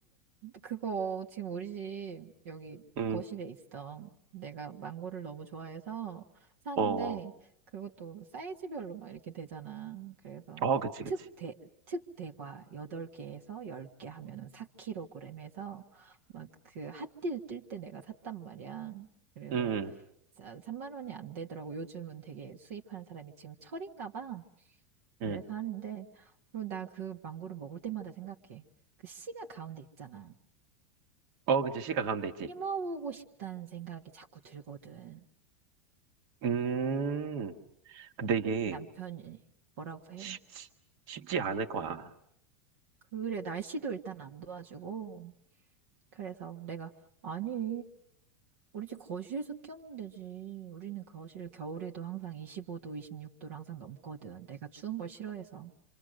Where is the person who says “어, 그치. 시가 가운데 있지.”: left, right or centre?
Right